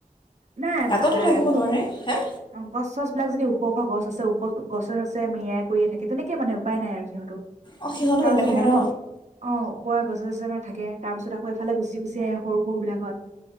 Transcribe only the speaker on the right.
নাই
বা-
অ', গছ-চছ বিলাক যদি উখ-উখ গছ আছে উখ গছে- চছে মেৰিয়াই কৰিয়ে থাকে তেনেকে মানে উপায় নাই আৰু সিহঁতৰো।
তাৰপিছতে
মানে,
অ', ওপৰে গছে-চছে মানে থাকে। তাৰ পিছত আকৌ এইফালে গুচি-গুচি আহে সৰু-সৰু বিলাকত।